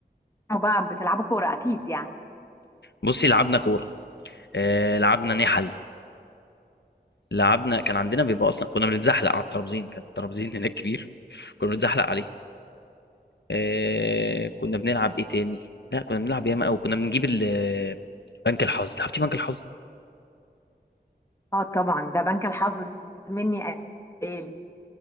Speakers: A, on the left; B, on the left.
A: بقى بتلعبوا كورة اكيد يعني
B: بصي لعبنا كورة آه لعبنا نحل لعبنا كان عندنا بيبقى اصلا كنا بنتزحلق على الترابزين كان الترابزين هناك كبير <laughs> كنا بنتزحلق عليه آه كنا بنلعب ايه تاني لا كنا بنلعب ياما قوي كنا بنجيب ال- بنك الحظ لعبتي بنك الحظ
A: اه طبعا ده بنك الحظ ده مني آلي